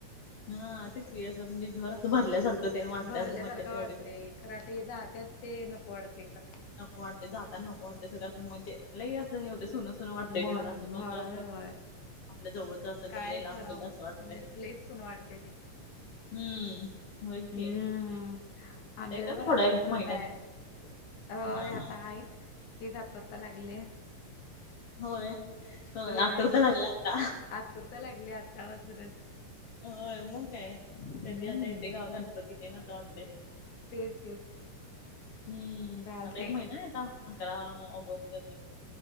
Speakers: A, on the left; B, on the left.
A: हा तेच की, असं म्हणजे घर असं भरल्यासारखं ते वाटतंय
B: भरल्यासारखं
A: असं मज्जा तेवढीच
B: वाटतंय खरं आता हे जात्यात ते नको वाढतेय खरं.
A: नको वाटतयं जाताना नको वाटतयं सगळं असं म्हणजे. लयं असं हे होतयं सुनं सुनं वाटतयं
B: मन
A: घर असं कोण
B: होय
A: तर.
B: होय.
A: आपल्या जवळचं असेलं
B: काय
A: तर लयं लांब
B: आहो
A: गेलं असं वाटतयं.
B: म्हणजे असं लईच सून वाटते ते.
A: हम्मं, होयचं की,
B: हम्म. आमच्याकडे
A: येता ना
B: पण
A: थोडा
B: आशीचं
A: एक
B: प्रथा
A: महिन्यात.
B: आहे. होय
A: हा
B: आता
A: हा
B: आहेत. तेचं आतुरता लागलीया
A: होय होय
B: होयं.
A: आठव तर लागला आता
B: आतुरता लागलीया आत्तापासूनचं.
A: होय मगं काय. कधी
B: हम्म.
A: आता येते ग गणपती तेनं
B: तेच
A: असं वाटते.
B: तेच
A: हम्मं,
B: चालतय
A: आता एक महिना आहे. आता अकरा ऑगस्ट.